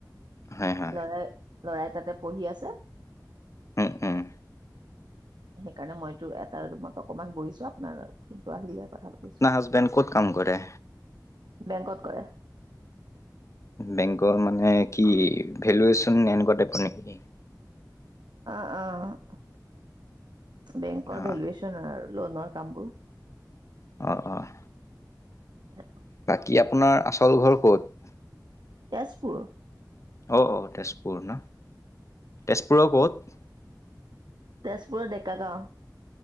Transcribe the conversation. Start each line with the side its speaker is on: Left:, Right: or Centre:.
Left: হয়, হয়,
Right: ল'ৰাই ল'ৰাই তাতে পঢ়ি আছে।
Left: উম, উম,
Right: সেইকাৰণে মইতো এটা ৰুমত অকনমান বহিছোঁ, আপোনাৰ ফোনটো আহিলেহে কথা পা
Left: পোনাৰ হাজবেণ্ড ক'ত কাম কৰে?
Right: বেংকত কৰে।
Left: বেংকৰ মানে কি ভেলুৱেচন এনেকুৱা টাইপৰ নেকি?
Right: অ', অ'। বেংকৰ
Left: অ',
Right: ভেলুৱেচন আৰু লোনৰ কামবোৰ।
Left: অ', অ'।
Right: হে
Left: বাকী আপোনাৰ আচল ঘৰ ক'ত?
Right: তেজপুৰ।
Left: অ', অ' তেজপুৰ ন'। তেজপুৰৰ ক'ত?
Right: তেজপুৰৰ ডেকাৰ গাঁও।